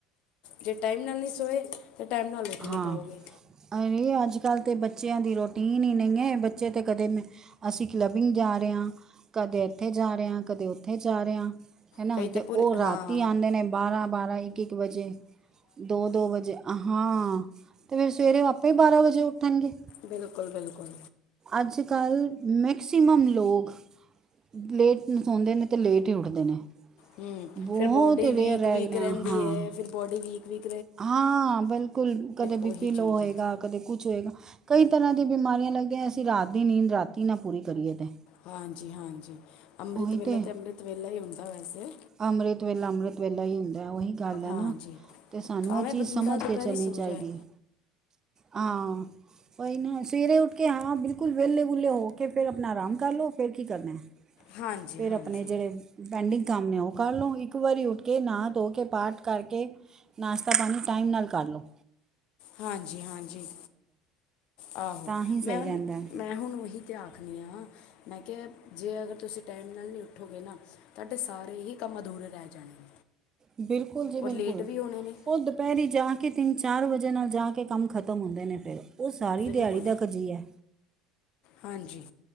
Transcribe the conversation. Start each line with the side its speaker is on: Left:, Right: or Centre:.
Left: ਜੇ ਟਾਈਮ ਨਾਲ ਨਹੀਂ ਸੋਏ ਤੇ ਟਾਈਮ ਨਾਲ ਉੱਠ ਨਹੀਂ
Right: ਹਾਂ
Left: ਪਾਓਗੇ
Right: ਅਰੇ ਅੱਜ ਕੱਲ ਤੇ ਬੱਚਿਆਂ ਦੀ ਰੋਟੀਨ ਹੀ ਨਹੀਂ ਹ ਬੱਚੇ ਤੇ ਕਦੇ ਅਸੀਂ ਕਲੈਪਿੰਗ ਜਾ ਰਹੇ ਆਂ। ਕਦੇ ਇੱਥੇ ਜਾ ਰਿਹਾ। ਕਦੇ ਉੱਥੇ ਜਾ ਰਿਹਾ। ਹੇਨਾ
Left: ਕਈ
Right: ਤੇ
Left: ਪੂਰੀ
Right: ਔ ਰਾਤੀ
Left: ਹਾਂ
Right: ਆਂਦੇ ਨੇ ਬਾਰਾ-ਬਾਰਾ ਇੱਕ-ਇੱਕ ਵਜੇ। ਦੋ-ਦੋ ਵਜੇ ਆਹਾ ਤੇ ਫੇਰ ਸਵੇਰੇ ਆਪੇ ਬਾਰਾ ਵਜੇ ਉਠਣਗੇ।
Left: ਬਿਲਕੁਲ-ਬਿਲਕੁਲ।
Right: ਅੱਜ ਕੱਲ ਮੈਕਸੀਮਮ ਲੋਗ ਲੇਟ ਨੂੰ ਸੋਂਦੇ ਨੇ ਤੇ ਲੇਟ ਹੀ ਉੱਠਦੇ ਨੇ।
Left: ਹੁੰ
Right: ਬਹੁਤ
Left: ਫੇਰ ਬੋਡੀ
Right: ਰੇਅਰ
Left: ਵੀਕ-ਵੀਕ
Right: ਰਹਿ ਗਏ ਨੇ।
Left: ਰੇਂਦੀ
Right: ਹਾਂ
Left: ਏ ਫੇਰ ਬੋਡੀ ਵੀਕ-ਵੀਕ
Right: ਹਾਂ, ਬਿਲਕੁਲ ਕਦੇ
Left: ਉਹੀ
Right: ਬੀ ਪੀ
Left: ਚੀਜ਼
Right: ਲੋ ਹੋਏਗਾ,
Left: ਹੈ
Right: ਕਦੇ ਕੁਛ ਹੋਏਗਾ। ਕਈ ਤਰ੍ਹਾਂ ਦੀਆਂ ਬਿਮਾਰੀਆਂ ਲੱਗਦੇ ਅਸੀਂ ਰਾਤ ਦੀ ਨੀਂਦ ਰਾਤੀ ਨਾ ਪੂਰੀ ਕਰੀਏ ਤੇ
Left: ਹਾਂਜੀ ਹਾਂਜੀ, ਅੰਮ੍ਰਿਤ
Right: ਉਹੀ
Left: ਵੇਲਾ
Right: ਤੇ
Left: ਤਾਂ ਅੰਮ੍ਰਿਤ ਵੇਲਾ ਹੀ ਏ ਹੁੰਦਾ ਵੈਸੇ।
Right: ਅੰਮ੍ਰਿਤ ਵੇਲਾ ਅੰਮ੍ਰਿਤ ਵੇਲਾ ਹੀ ਹੁੰਦਾ ਔਹੀ ਗੱਲ ਏ
Left: ਹਾਂਜੀ
Right: ਨਾ। ਤੇ ਸਾਨੂੰ
Left: ਭਾਵੇਂ
Right: ਇਹ ਚੀਜ਼
Left: ਬੰਦਾ
Right: ਸਮਝ
Left: ਦੁਪਹਿਰੀ
Right: ਕੇ ਚੱਲਣੀ
Left: ਸੋ
Right: ਚਾਹੀਦੀ।
Left: ਜਾਏ
Right: ਆਂ। ਕੋਈ ਨਾ ਸਵੇਰੇ ਉੱਠ ਕੇ ਹਾਂ ਬਿਲਕੁਲ ਵੇਲੇ ਵੁਲੇ ਹੋ ਕੇ ਫੇਰ ਆਪਣਾ ਆਰਾਮ ਕਰ ਲੋ। ਫੇਰ ਕੀ ਕਰਨਾ?
Left: ਹਾਂਜੀ
Right: ਫੇਰ
Left: ਹਾਂਜੀ
Right: ਅਪਣੇ ਜੇੜੇ ਪੈਂਡਿੰਗ ਕਾਮਨੇ ਔ ਕਰ ਲੋ। ਇੱਕ ਵਾਰੀ ਉੱਠ ਕੇ ਨਾ ਧੋ ਕੇ ਪਾਠ ਕਰਕੇ ਨਾਸ਼ਤਾ ਪਾਣੀ ਟਾਈਮ ਨਾਲ ਕਰ ਲੋ।
Left: ਹਾਂਜੀ ਹਾਂਜੀ ਆਹੋ
Right: ਤਾਂ ਹੀ ਸਹੀ
Left: ਮੈਂ ਹੁਨ
Right: ਰਹਿੰਦਾ ਹੈ।
Left: ਮੈਂ ਹੁਣ ਔਹੀ ਤਿਆਗ <unintelligible> ਮੈਂ ਕਿਹਾ ਜੇ ਅਗਰ ਤੁਸੀਂ ਟਾਈਮ ਨਾਲ ਨਹੀਂ ਉੱਠੋਗੇ ਨਾ ਤੁਹਾਡੇ ਸਾਰੇ ਹੀ ਕੰਮ ਅਧੂ ਦੂਰੇ ਰੇ ਜਾਨੇ ਨੇ।
Right: ਬਿਲਕੁਲ ਜੀ ਬਿਲਕੁਲ।
Left: ਔਰ ਲੇਟ ਵੀ ਹੋਣੇ ਨੇ
Right: ਔ ਦੁਪਹੈਰੀ ਜਾ ਕਿ ਤਿੰਨ ਚਾਰ ਵਜੇ ਨਾਲ ਜਾ ਕੇ ਕੰਮ ਖ਼ਤਮ ਹੁੰਦੇ ਨੇ ਫੇਰ ਔ ਸਾਰੀ
Left: ਬਿਲਕੁਲ
Right: ਦਿਹਾੜੀ ਦਾ ਕਾਜੀਆ
Left: ਹਾਂਜੀ।